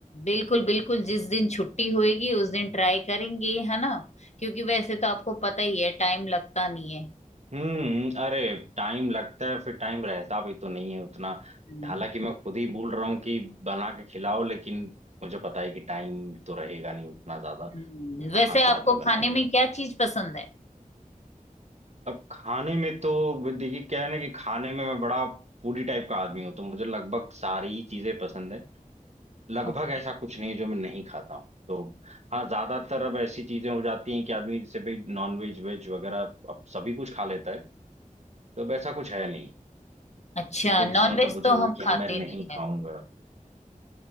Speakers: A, on the left; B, on the right.
A: बिल्कुल बिल्कुल जिस दिन छुट्टी होएगी उस दिन ट्राई करेंगे है ना क्योंकि वैसे तो आपको पता ही है टाइम लगता नहीं है
B: हम्म अरे टाइम लगता है फिर टाइम रहता भी तो नहीं है उतना
A: हम्म।
B: हालांकि मैं खुद ही बोल रहा हूँ कि बना के खिलाओ लेकिन मुझे पता है कि टाइम तो रहेगा नहीं उतना ज्यादा
A: हम्म,
B: तो
A: वैसे
B: कहाँ से
A: आपको
B: आदमी बनाएगा
A: खाने में क्या चीज पसंद है
B: अब खाने में तो देखिए क्या है ना कि खाने में मैं बड़ा फूडी टाइप का आदमी हूँ तो मुझे लगभग सारी ही चीजें पसंद है लगभग
A: ओके
B: ऐसा कुछ नहीं है जो मैं नहीं खाता हूँ तो हाँ ज्यादातर अब ऐसी चीजें हो जाती हैं कि आदमी जैसे भाई नॉन वेज वेज वगैरह अब सभी कुछ खा लेता है तो अब ऐसा कुछ है नहीं
A: अच्छा
B: कि कोई
A: नॉनवेज
B: चीज मतलब मुझे
A: तो
B: हो
A: हम
B: कि
A: खाते
B: मैं नहीं
A: नहीं
B: खाऊंगा